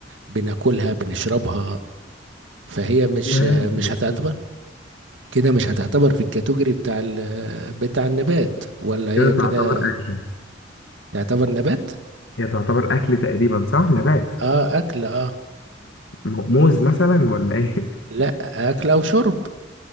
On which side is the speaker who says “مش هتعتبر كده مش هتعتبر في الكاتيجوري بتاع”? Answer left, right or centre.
Right